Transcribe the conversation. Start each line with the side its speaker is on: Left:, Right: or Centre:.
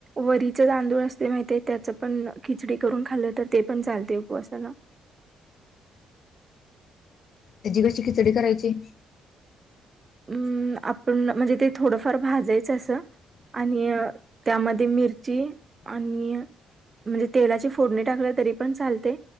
Right: वरीचे तांदूळ असते माहि त्याच पण खिचडी करून खाल्लं तर ते पण चालते उपवासाला.
Left: त्याची कशी खिचडी करायची.
Right: हम्म. पण म्हणजे ते थोडंफार भाजायचं असं... आणि त्यामध्ये मिरची आणि म्हणजे तेलाची फोडणी टाकले तरी पण चालते.